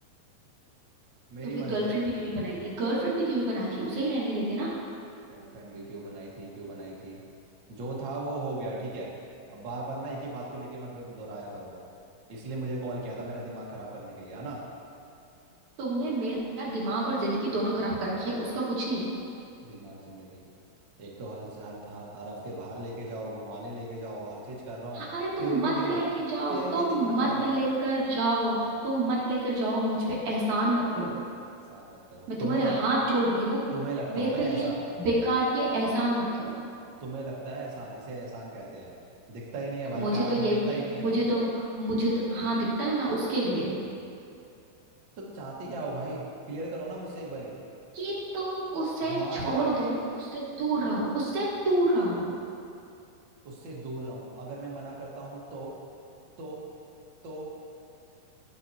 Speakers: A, on the right; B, on the right.
A: मेरी
B: तो फिर
A: मर्जी
B: गर्लफ्रेंड भी क्यों ही बनाई थी गर्लफ्रेंड भी क्यों ही बनाती उसे ही रहने देते ना
A: गर्लफ्रेंड भी क्यों बनाई थी क्यों बनाई थी जो था वो हो गया ठीक है अब बार बार ना एक ही बात को लेके मत दोहराया करो इसलिए मुझे कॉल किया था मेरा दिमाग खराब करने के लिए है ना
B: तुमने मेरा दिमाग और जिंदगी दोनों खराब कर रखी है उसका कुछ नहीं
A: दिमाग जिंदगी एक तो हर हर हर, हर हफ्ते बाहर लेके जाओ घुमाने लेके जाओ हर चीज कर रहा हूँ
B: अरे तुम
A: फिर भी
B: मत
A: दिमाग
B: लेके जाओ
A: फिर भी
B: तुम
A: दिमाग खराब
B: मत
A: हो
B: लेकर
A: रहा है
B: जाओ तुम मत लेकर जाओ मुझ पे एहसान मत करो
A: एहसान मत करो
B: मैं
A: तुम्हें
B: तुम्हारे
A: लग
B: हाथ जोड़ रही हूँ
A: तुम्हें लगता
B: मेरे
A: होगा
B: पे
A: ये
B: ये
A: एहसान
B: बेकार के एहसान मत करो
A: तुम्हें लगता है एहसान इसे एहसान कहते हैं दिखता ही नहीं है भाई
B: मुझे
A: प्यार
B: तो ये
A: तो दिखता ही नहीं है
B: मुझे तो मुझे तो हाँ दिखता है ना उसके लिए
A: तुम चाहते क्या हो भाई क्लियर करो ना मुझसे एक बारी
B: कि तुम उसे
A: घुमा
B: छोड़
A: फिरा
B: दो
A: के
B: उससे दूर रहो उससे दूर रहो
A: उससे दूर रहूं अगर मैं मना करता हूं तो तो तो